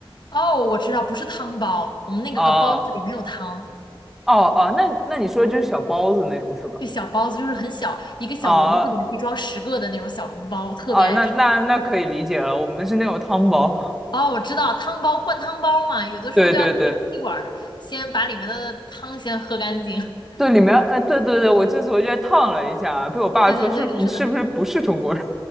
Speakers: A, on the left; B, in the centre.
A: 哦，我知道，不是汤包，我们那个包子里没有汤，
B: 啊，哦哦，那那你说就是小包子那种是吧？
A: 就小包子，就是很小，一个小笼子里面可以装十个的那种小笼包，
B: 啊
A: 我特别爱吃。
B: 啊，那那那可以理解了，我们的是那种汤包。
A: 哦，我知道汤包灌汤包嘛，
B: <laughs>
A: 有的时候都要拿个吸管儿先把里面的汤先喝干净。
B: 对对对，
A: <laughs>
B: 对里面，呃，对对对，我这次回家烫了一下啊，被我爸说是你是不是不是中国人？
A: 对对对，是的，